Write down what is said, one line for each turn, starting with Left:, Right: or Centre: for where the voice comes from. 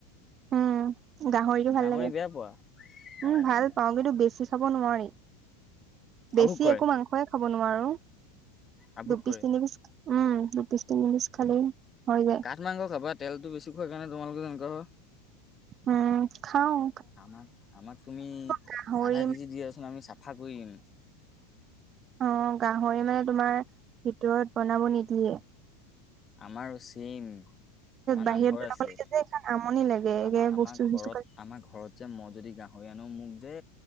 Right: উম, গাহৰিটো ভাল
Left: গাহৰি
Right: লাগে। উম,
Left: বেয়া পোৱা? অ'।
Right: ভাল পাওঁ কিন্তু বেছি খাব নোৱাৰি। বেছি
Left: আভোগ কৰে,
Right: একো মাংসই খাব নোৱাৰো,
Left: আভোগ
Right: দুপিচ,
Left: কৰে।
Right: তিনি পিচ উম, দু পিছ, তিনি পিছ খালেই হৈ যাই।
Left: আঠ মাংস খাবা, তেলটো বেছি খোৱাৰ কাৰণে তোমোলোকৰ এনেকোৱা হয়।
Right: উম, খাওঁ।
Left: আমাক, আমাক তুমি
Right: গাহৰি
Left: আধা কেজি দিয়াচোন আমি চাফা কৰিম।
Right: অ' গাহৰি মানে তোমাৰ ভিতৰত বনাব নিদিয়ে।
Left: আমাৰো ছেইম। আমাৰ
Right: বাহিৰত
Left: নামঘৰ
Right: ওলাব
Left: আছে।
Right: লাগে যে, এইখন আমনি লাগে
Left: আমাৰ
Right: এ
Left: আমাৰ
Right: বস্তু,
Left: ঘৰত
Right: চস্তুক
Left: আমাৰ ঘৰত মই যদি গাহৰি আনো, মোক যে